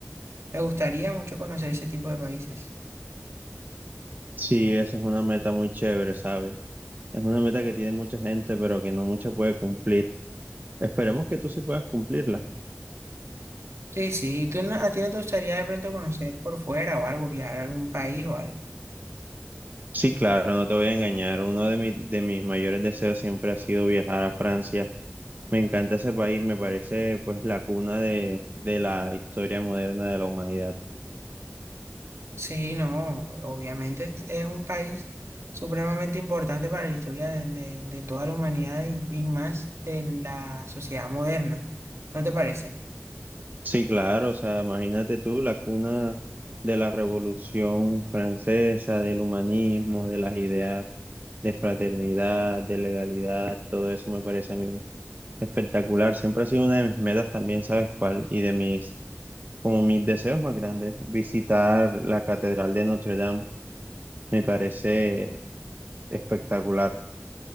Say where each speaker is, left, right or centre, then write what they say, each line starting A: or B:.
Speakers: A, on the right; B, on the right.
A: Me gustaría mucho conocer ese tipo de países.
B: Sí, eso es una meta muy chévere, ¿sabes? Es una meta que tiene mucha gente, pero que no mucha puede cumplir. Esperemos que tú sí puedas cumplirla.
A: Sí, sí, ¿tú no- a ti no te gustaría de pronto conocer por fuera o algo, viajar a algún país o algo?
B: Sí, claro, no te voy a engañar. Uno de mis, de mis mayores deseos siempre ha sido viajar a Francia. Me encanta ese país, me parece pues la cuna de, de la historia moderna de la humanidad.
A: Sí, no, obviamente es es un país supremamente importante para la historia de, de- de toda la humanidad y, y más de la sociedad moderna, ¿no te parece?
B: Sí, claro, o sea, imagínate tú, la cuna de la Revolución Francesa, del humanismo, de las ideas de fraternidad, de legalidad, todo eso me parece a mí espectacular. Siempre ha sido una de mis metas también, ¿sabes cuál? Y de mis, como mis deseos más grandes, visitar la Catedral de Notre Dame Me parece espectacular.